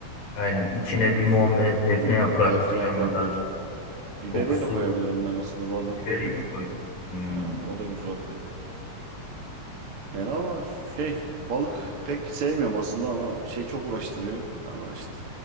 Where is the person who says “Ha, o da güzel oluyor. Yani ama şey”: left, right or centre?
Right